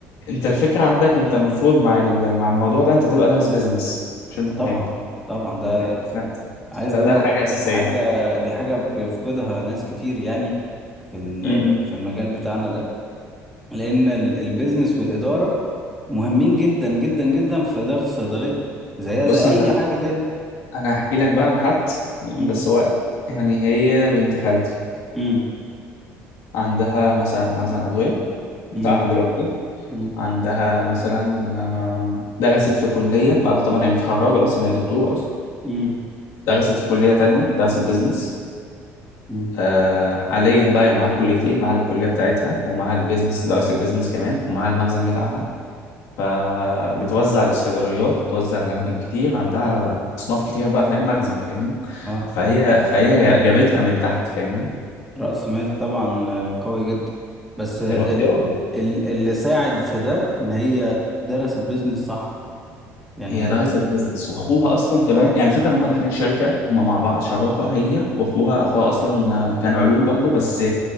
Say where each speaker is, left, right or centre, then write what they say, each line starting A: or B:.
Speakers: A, on the left; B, in the centre.
A: انت الفكره عندك انت المفروض مع ال- مع الموضوع ده انت تبقى دارس بيزنس مش انت فاهم
B: طبعا طبعا ده
A: فاهم فهمت
B: عايز
A: فده
B: اقول لك
A: حاجه اساسيه
B: دي حاجه دي حاجه بيفقدها ناس كتير يعني في ال-
A: امم إمم.
B: في المجال بتاعنا ده لان ال- البيزنس والاداره مهمين جدا جدا جدا في اداره الصيدليه زيها
A: بص
B: زي اي
A: انا
B: حاجه تاني
A: انا هحكي لك بقى عن حد تمام
B: امم
A: بس هو يعني هي بنت خالتي
B: امم
A: عندها مثلا مخزن ادويه بتاعها
B: امم
A: دلوقتي
B: امم
A: عندها مثلا آه، درست في كليه بعد طبعا هي متخرجه اصلا هي دكتوره اصلا
B: امم
A: درست في كليه تانية درست بيزنس
B: أمم.
A: آه، حاليا بقى هي معاها كليتين معاها الكليه بتاعتها ومعاها البيزنس درست بيزنس كمان ومعاها المخزن بتاعها فبتوزع للصيدليات بتوزع لأماكن كتير عندها أصناف كتير بقى فاهم مخزن فاهمني
B: اه
A: فهي
B: آه.
A: فهي جابتها من تحت فاهمني
B: راس مال طبعا آه، قوي جدا بس آه،
A: دلوقتي
B: ال-
A: اه
B: ال- اللي ساعد في ده ان هي درست بيزنس صح يعني
A: هي دارسة البيزنس واخوها اصلا كمان يعني الفكره ان هم داخلين شركه هم مع بعض شراكه هي واخوها اخوها اصلا كان علوم برضه بس